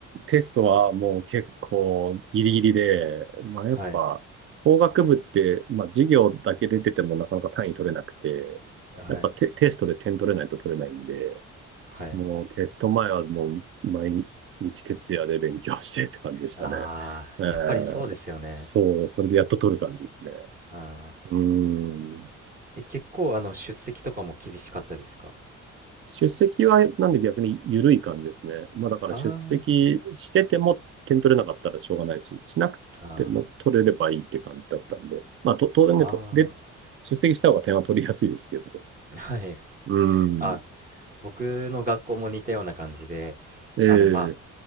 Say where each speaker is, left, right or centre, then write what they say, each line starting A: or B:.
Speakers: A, on the right; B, on the right.
A: テストはもう結構ギリギリで、まあやっぱ工学部って、
B: はい
A: まあ授業だけ出ててもなかなか単位取れなくて、
B: はい
A: やっぱテ、テストで点取れないと取れないんで、
B: はい
A: もうテスト前はもう毎日徹夜で勉強してって感じでしたね。
B: ああーやっぱりそうですよね
A: えー、そう、それでやっと取る感じですね。
B: ああ
A: うーん。
B: ーえ結構あの出席とかも厳しかったですか
A: 出席はなんで逆に緩い感じですね。まあだから出席してても点取れなかったらしょうがないし、
B: あ
A: しなくても取れればいいって感じだったんで。
B: ーあ
A: まあと当然ね、
B: ーあー
A: とで、出席した方が点は取りやすいですけど。
B: はい。
A: うーん。
B: あ、僕の学校も似たような感じで、
A: ええ
B: あの、まあ、